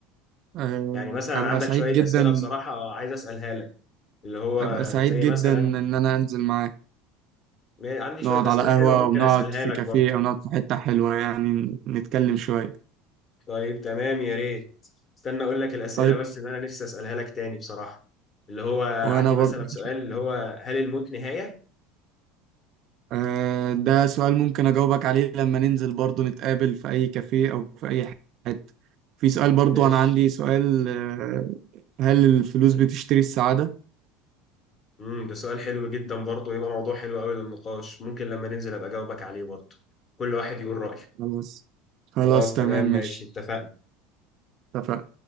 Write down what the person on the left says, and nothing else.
يعني مثلا
عندك
شوية
اسئلة بصراحة عايز اسالها لك اللي هو
زي
مثلا
عندي شوية
اسئلة
حلوة ممكن
اسالها
لك
برضه
طيب تمام يا ريت استنى اقول لك الاسئله
بس اللي انا نفسي اسالها لك تاني بصراحه اللي هو
عندي
مثلا سؤال اللي هو هل الموت نهايه
ماشي
امم ده سؤال حلو جدا برضه يبقى موضوع حلو قوي للنقاش ممكن لما ننزل ابقى اجاوبك عليه برضه كل واحد يقول رايه
خلاص
تمام ماشي
اتفقنا